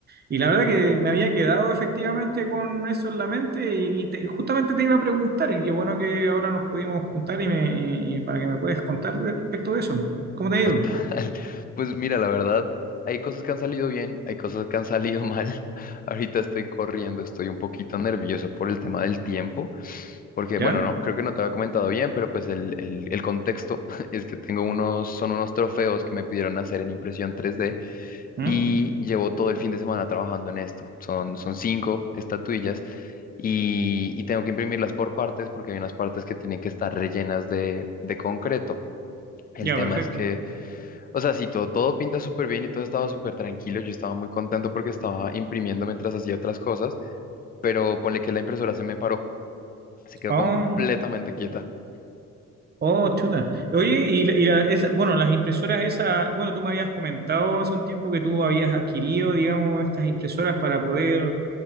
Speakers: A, on the right; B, on the left.
A: y la verdad que me había quedado efectivamente con eso en la mente y, te- justamente te iba a preguntar y qué bueno que ahora nos pudimos juntar y, me, y- y para que me puedas contar de- respecto de eso.
B: <laughs>
A: ¿Cómo te ha
B: Total.
A: ido?
B: Pues mira, la verdad, hay cosas que han salido bien, hay cosas que han salido mal. <laughs> Ahorita estoy corriendo, estoy un poquito nervioso por el tema del tiempo, porque
A: ¿Ya?
B: bueno, no, creo que no te había comentado bien, pero pues el, el el contexto <laughs> es que tengo unos, son unos trofeos que me pidieron hacer en impresión 3D
A: ¿Mm?
B: y llevo todo el fin de semana trabajando en esto. Son, son cinco estatuillas y, y tengo que imprimirlas por partes porque hay unas partes que tienen que estar rellenas de, de concreto. El
A: Ya,
B: tema
A: perfecto.
B: es que, o sea, si todo, todo pinta súper bien y todo estaba súper tranquilo, yo estaba muy contento porque estaba imprimiendo mientras hacía otras cosas, pero ponle que la impresora se me paró, se quedó
A: Ah,
B: completamente quieta.
A: Oh, chuta. Oye, y, la- y la- esa- bueno, las impresoras esas, bueno, tú me habías comentado hace un tiempo que tú habías adquirido, digamos, estas impresoras para poder,